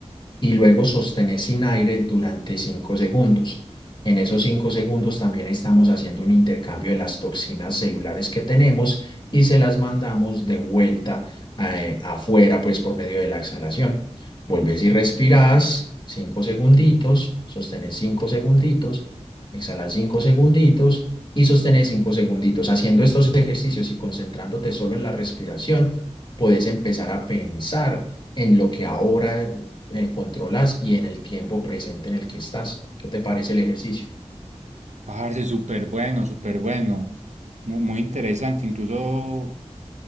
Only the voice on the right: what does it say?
Parce, súper bueno, súper bueno. Mu- Muy, interesante. Incluso